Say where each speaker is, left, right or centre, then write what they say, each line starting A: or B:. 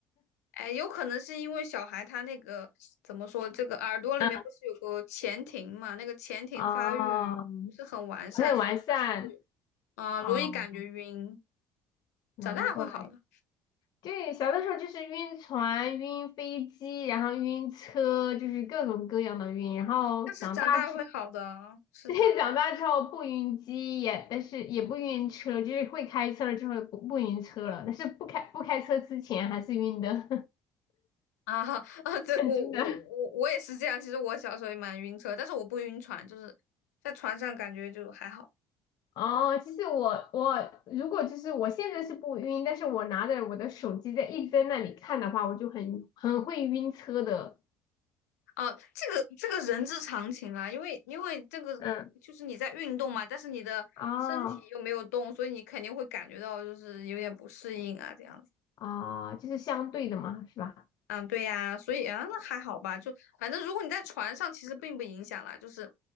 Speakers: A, on the left (about 80°); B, on the left (about 55°).
A: 哎，有可能是因为小孩他那个怎么说，这个耳朵里面不是有个前庭嘛？
B: 嗯，
A: 那个前庭发育不是很完善，
B: 哦，我很完善
A: 所以他才会啊、呃容易感觉晕。
B: 哦，难怪。
A: 长大会好的，
B: 对，小的时候就是晕船、晕飞机，然后晕车，就是各种各样的晕。然后长大之，
A: 但是长大会好的啊，
B: <laughs>
A: 是的
B: 对，长大之后不晕机也，但是也不晕车，就是会开车了之后不不晕车了，但是不开不开车之前还是晕的，
A: 啊 <laughs> 啊！这我我我我也是这样。
B: <laughs> 真的。
A: 其实我小时候也蛮晕车，但是我不晕船，就是在船上感觉就还好。
B: 哦，其实我我如果就是我现在是不晕，但是我拿着我的手机在一直在那里看的话，我就很很会晕车的。
A: 啊，这个这个人之常情啦，因为因为这个就是你在运动嘛，
B: 嗯
A: 但是你的身体又没有动，
B: 哦
A: 所以你肯定会感觉到就是有点不适应啊，这样子。
B: 哦，就是相对的嘛，是吧？
A: 嗯，对呀，所以啊，那还好吧，就反正如果你在船上，其实并不影响啦，就是